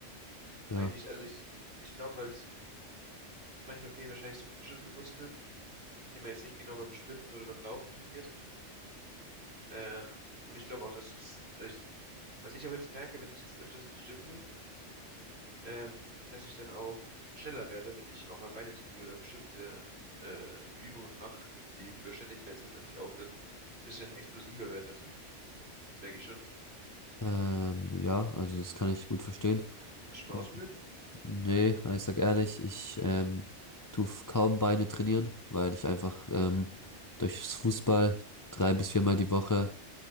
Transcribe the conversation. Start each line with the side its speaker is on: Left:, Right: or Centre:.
Left: Ja.
Right: eigentlich, also ich, ich glaube halt, manchmal fehlen wahrscheinlich so bestimmte Muskeln, die man jetzt nicht genau beim Sprinten oder beim Laufen trainiert. Äh, und ich glaube auch, dass es, also ich, was ich auch jetzt merke, wenn ich jetzt öfters ins Gym gehe, ähm, dass ich dann auch schneller werde, wenn ich auch mal Beine trainiere oder bestimmte äh, Übungen mache, die für Schnelligkeit sind, dass ich auch dann ein bisschen explosiver werde, weißt du? Das merke ich schon.
Left: Ähm, ja, also das kann ich gut verstehen.
Right: Hast du schon mal
Left: Ja.
Right: ausprobiert?
Left: Nee, also ich sag ehrlich, ich ähm, tu f- kaum Beine trainieren, weil ich einfach ähm, durchs Fußball drei bis viermal die Woche